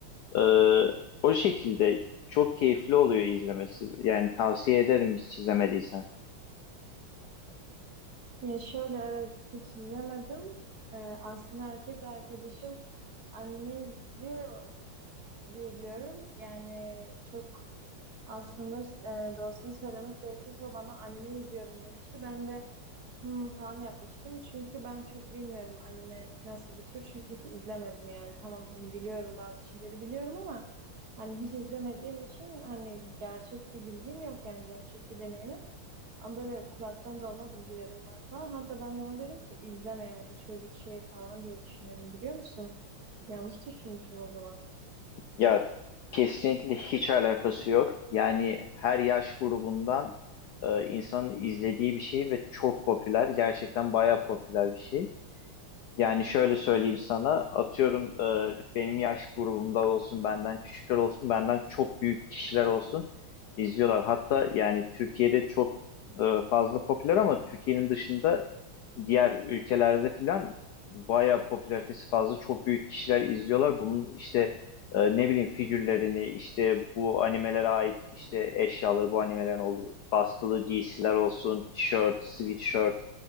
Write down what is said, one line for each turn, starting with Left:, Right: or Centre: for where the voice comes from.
Left: Ee, o şekilde çok keyifli oluyor izlemesi. Yani tavsiye ederim hiç izlemediysen.
Right: Ya şöyle evet hiç izlemedim. Ee, aslında erkek arkadaşım anime izliyor diye biliyorum. Yani çok Aslında e, doğrusunu söylemek gerekirse o bana anime izliyorum demişti. Ben de hmm, falan yapmıştım. Çünkü ben çok bilmiyorum anime nasıl bir tür. Çünkü hiç izlemedim yani. Tamam hani biliyorum bazı şeyleri biliyorum ama hani hiç izlemediğim için hani gerçek bir bilgim yok yani gerçek bir deneyimim. Ama böyle kulaktan dolma bilgilerim var falan. Hatta ben de ona dedim ki izleme yani çocuk şey falan diye düşünüyordum biliyor musun? Yanlış düşünmüşüm o zaman.
Left: Ya kesinlikle hiç alakası yok. Yani her yaş grubundan e, insanın izlediği bir şey ve çok popüler. Gerçekten bayağı popüler bir şey. Yani şöyle söyleyeyim sana, atıyorum e, benim yaş grubumda olsun, benden küçükler olsun, benden çok büyük kişiler olsun izliyorlar. Hatta yani Türkiye'de çok e, fazla popüler ama Türkiye'nin dışında diğer ülkelerde filan bayağı popülaritesi fazla çok büyük kişiler izliyorlar. Bunun işte e, ne bileyim figürlerini, işte bu animelere ait işte eşyaları, bu animelerin olduğu bastılı giysiler olsun, tişört, sweatshirt,